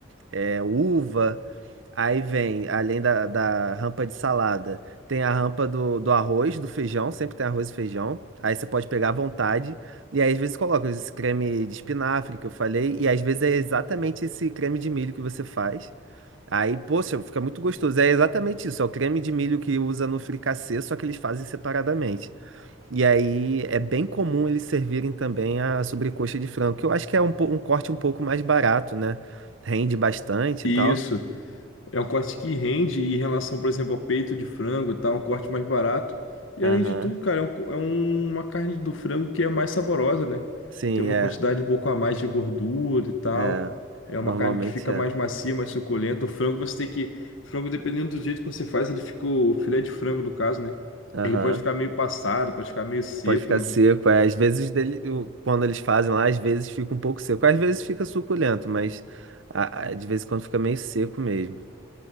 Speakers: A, on the right (about 75°); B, on the left (about 80°).
A: é, uva. Aí vem, além da, da rampa de salada, tem a rampa do, do arroz, do feijão. Sempre tem arroz e feijão. Aí você pode pegar à vontade. E aí, às vezes coloca esse creme de espinafre que eu falei. E às vezes é exatamente esse creme de milho que você faz. Aí, poxa, fica muito gostoso. É exatamente isso, é o creme de milho que usa no fricassê, só que eles fazem separadamente. E aí é bem comum eles servirem também a sobrecoxa de frango, que eu acho que é um, po- um corte um pouco mais barato, né? Rende bastante
B: Isso.
A: e tal.
B: É um corte que rende em relação, por exemplo, ao peito de frango e tal, é um corte mais barato. E
A: Aham.
B: além de tudo, cara, é, um co- é um- uma carne do frango que é mais saborosa, né?
A: Sim,
B: Tem uma
A: é.
B: quantidade um pouco a mais de gordura e tal.
A: É.
B: É uma
A: Normalmente
B: carne que fica
A: é.
B: mais macia, mais suculenta. O frango você tem que. Frango, dependendo do jeito que você faz, ele fica. O filé de frango, no caso, né?
A: Aham.
B: Ele pode ficar meio passado, pode ficar meio seco,
A: Pode ficar
B: né?
A: seco. É. Às vezes, dele- o- quando eles fazem lá, às vezes fica um pouco seco. Às vezes fica suculento, mas a- a- de vez em quando fica meio seco mesmo.